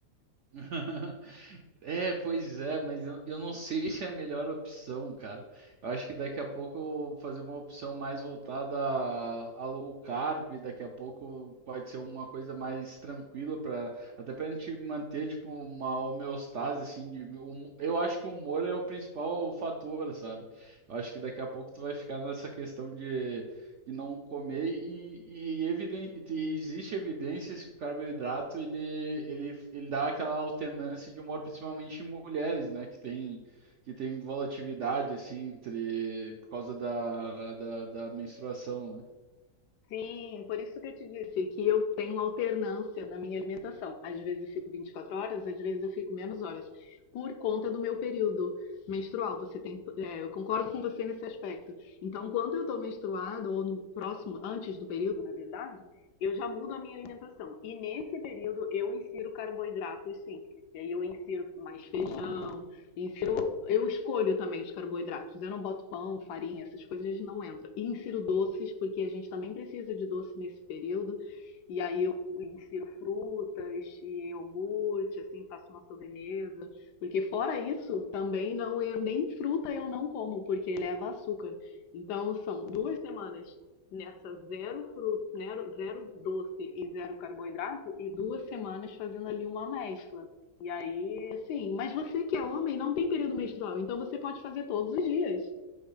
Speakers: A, on the right; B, on the left.
A: <laughs> É, pois é, mas eu, eu não sei se é a melhor opção, cara. Eu acho que daqui a pouco eu vou fazer uma opção mais voltada a, a low carb, daqui a pouco pode ser uma coisa mais tranquila para até pra gente manter tipo uma homeostase assim de hum- eu acho que o humor é o principal fator, sabe? Eu acho que daqui a pouco tu vai ficar nessa questão de de não comer e, e, eviden- e existe evidências que o carboidrato ele, ele, ele dá aquela alternância de humor, principalmente em mulheres, né, que tem que tem volatilidade assim entre por causa da, da, da menstruação, né?
B: Sim, por isso que eu te disse que eu tenho alternância na minha alimentação. Às vezes eu fico 24 horas, às vezes eu fico menos horas, por conta do meu período menstrual. Você tem, é, eu concordo com você nesse aspecto. Então, quando eu estou menstruada, ou no próximo, antes do período, na verdade, eu já mudo a minha alimentação. E nesse período eu insiro carboidratos, sim. E aí eu insiro mais feijão, Insiro, eu escolho também os carboidratos. Eu não boto pão, farinha, essas coisas não entram. E insiro doces, porque a gente também precisa de doce nesse período. E aí eu insiro frutas, iogurte, assim, faço uma sobremesa. Porque fora isso, também não nem fruta eu não como, porque leva açúcar. Então são duas semanas nessa zero fruta, zero, zero doce e zero carboidrato, e duas semanas fazendo ali uma mescla. E aí, sim, mas você que é homem não tem período menstrual, então você pode fazer todos os dias.